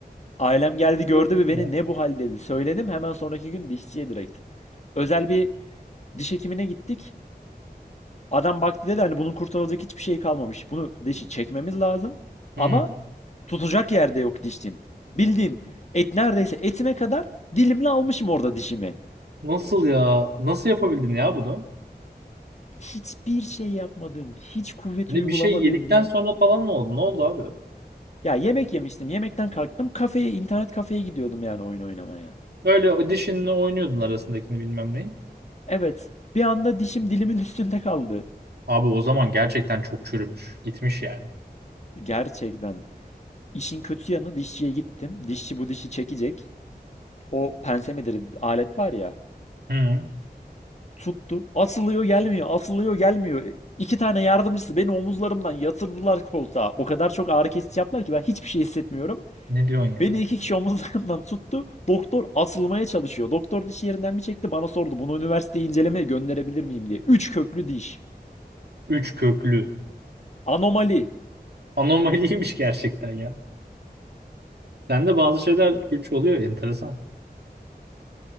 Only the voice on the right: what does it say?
Çok kötü
ya.
Hmm.
Nasıl ya? Nasıl yapabildin ya bunu?
Ne
bir şey yedikten
sonra falan mı oldu? Ne oldu abi?
Öyle audition'la oynuyordun arasındakini bilmem neyi.
Abi o zaman gerçekten çok çürümüş. Gitmiş yani.
Hı.
Ne diyorsun ya?
Üç köklü.
Anomaliymiş gerçekten ya. Sende bazı şeyler üç oluyor. Enteresan.